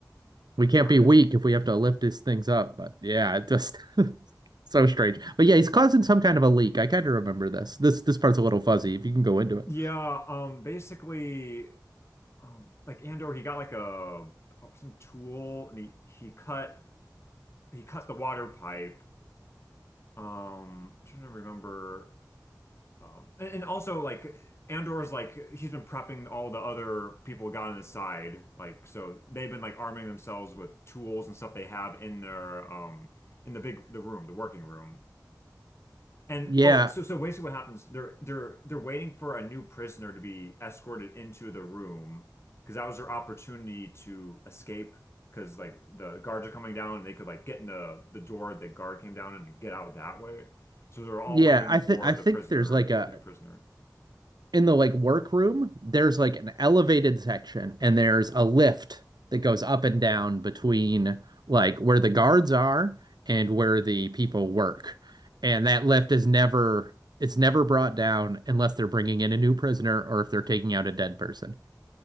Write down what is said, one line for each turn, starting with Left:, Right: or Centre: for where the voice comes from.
Right: We can't
Left: Right.
Right: be weak if we have to lift these things up. But yeah, it just So strange. But yeah, he's causing some kind of a leak. I kind of remember this. This this part's a little fuzzy if you can go into it.
Left: Yeah, um basically um like Andor he got like a some tool and he he cut he cut the water pipe. Um I'm trying to remember Um, and, and also like Andor's like he's been prepping all the other people got on his side, like so they've been like arming themselves with tools and stuff they have in their um in the big the room, the working room. And
Right: Yeah.
Left: oh, so so basically what happens, they're they're they're waiting for a new prisoner to be escorted into the room because that was their opportunity to escape because like the guards are coming down and they could like get in the the door the guard came down and get out that way. So they're all
Right: Yeah,
Left: waiting
Right: I
Left: for
Right: think I think
Left: the prisoner,
Right: there's like a
Left: the new prisoner.
Right: in the like workroom, there's like an elevated section and there's a lift that goes up and down between like where the guards are and where the people work. And that lift is never it's never brought down unless they're bringing in a new prisoner or if they're taking out a dead person.